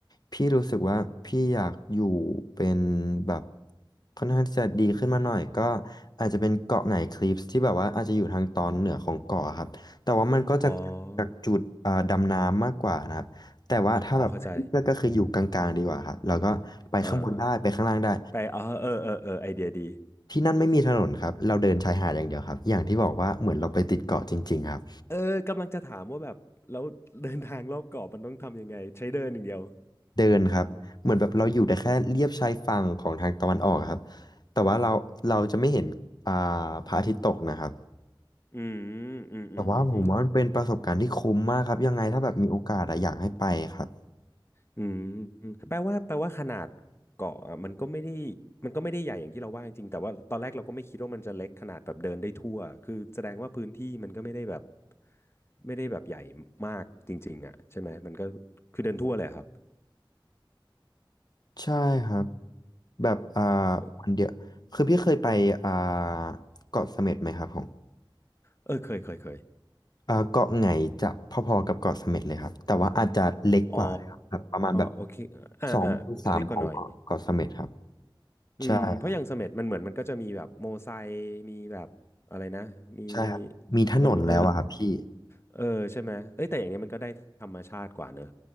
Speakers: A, on the left; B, on the left.
A: พี่รู้สึกว่าพี่อยากอยู่เป็นแบบค่อนข้างที่จะดีขึ้นมาหน่อยก็อาจจะเป็นเกาะไหนคลิปที่แบบว่าอาจจะอยู่ทางตอนเหนือของเกาะครับแต่ว่ามันก็จะจากจุดอ่าดำน้ำมากกว่านะครับแต่ว่าถ้าแบบเลือกก็คืออยู่กลางๆดีกว่าครับแล้วก็ไปข้างบนได้ไปข้างล่างได้
B: อ๋ออ๋อเข้าใจ อ่าไปอ๋อเออเออเออไอเดียดี
A: ที่นั่นไม่มีถนนครับเราเดินชายหาดอย่างเดียวครับอย่างที่บอกว่าเหมือนเราไปติดเกาะจริงๆครับ
B: เออกำลังจะถามว่าแบบแล้ว <laughs> เดินทางรอบเกาะมันต้องทำยังไงใช้เดินอย่างเดียว
A: เดินครับเหมือนแบบเราอยู่แต่แค่เลียบชายฝั่งของทางตะวันออกครับแต่ว่าเราเราจะไม่เห็นอ่าพระอาทิตย์ตกนะครับ
B: อืมอืมอืมอืมอืม
A: แต่ว่าผมว่ามันเป็นประสบการณ์ที่คุ้มมากครับยังไงถ้าแบบมีโอกาสอะอยากให้ไปครับ
B: อืมอืมแปลว่าแปลว่าขนาดเกาะอะมันก็ไม่ได้มันก็ไม่ได้ใหญ่อย่างที่เราว่าจริงๆแต่ว่าตอนแรกเราก็ไม่คิดว่ามันจะเล็กขนาดแบบเดินได้ทั่วคือแสดงว่าพื้นที่มันก็ไม่ได้แบบไม่ได้แบบใหญ่มากจริงๆอ่ะใช่ไหมมันก็คือเดินทั่วเลยอะครับ
A: ใช่ครับ แบบอ่า
B: เออ
A: วันเดียว คือพี่เคยไปอ่าเกาะเสม็ดไหมครับผม
B: เออเคยเคยเคย
A: เอ่อเกาะไหงจะพอๆกับเกาะเสม็ดเลยครับแต่ว่าอาจจะเล็กกว่านะครับแบบประมาณแบบ
B: อ๋อโอเคอ่าอ่าอ่าเล็กกว่าหน่อย
A: สองถึงสามของเกาะเกาะเสม็ดครับ
B: อืมเพราะอย่างเสม็ดมันเหมือนมันก็จะมีแบบโมไซค์มีแบบอะไรนะมี
A: ใช่ครับใช่ครับมีถนนแล้วอะครับพี่
B: รถเออเออใช่ไหมเอ้ยแต่อย่างเนี้ยมันก็ได้ธรรมชาติกว่าเนอะ